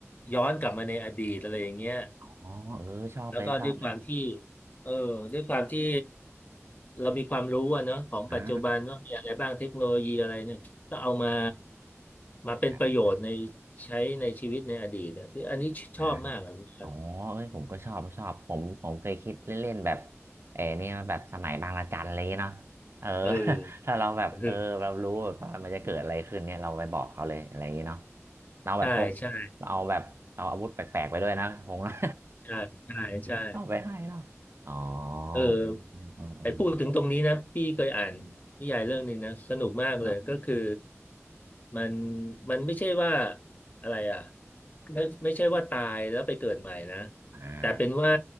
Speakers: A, on the left; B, on the right.
A: ย้อนกลับมาในอดีตอะไรอย่างเงี้ย
B: อ๋อเออชอบเลยชอบเลย
A: แล้วก็ด้วยความที่เออด้วยความที่เรามีความรู้อะเนอะของปัจจุบันว่ามีอะไรบ้างเทคโนโลยีอะไรเนี่ยก็เอามา
B: อ่า
A: มาเป็นประโยชน์ใน
B: ใช่
A: ใช้ในชีวิตในอดีตเนี่ยคืออันนี้ชอบมากอะครับ
B: ใช่ อ๋อเอ้ยผมก็ชอบชอบผมผมเคยคิดเล่นๆแบบเออเนี่ยแบบสมัยบางระจันอะไรอย่างเงี้ยเนาะเออ
A: เออ
B: <laughs> ถ้าเราแบบ
A: เออ
B: เออ เรารู้ว่ามันจะเกิดอะไรขึ้นเนี่ยเราไปบอกเขาเลยอะไรอย่างเงี้ยเนาะเราแบบพก
A: ใช่ใช่
B: เราเอาแบบเอาอาวุธแปลกๆไปด้วยนะคงนะ
A: ใช่ใช่ใช่
B: <laughs> เอาไปให้เนาะอ๋ออืมอืมอืม
A: เออ ไอ้พูดถึงตรงนี้นะพี่เคยอ่านนิยายเรื่องหนึ่งนะสนุกมากเลยก็คือ
B: ครับ
A: มันมันไม่ใช่ว่าอะไรอ่ะไม่ไม่ใช่ว่าตายแล้วไปเกิดใหม่นะ
B: อ่า
A: แต่เป็นว่า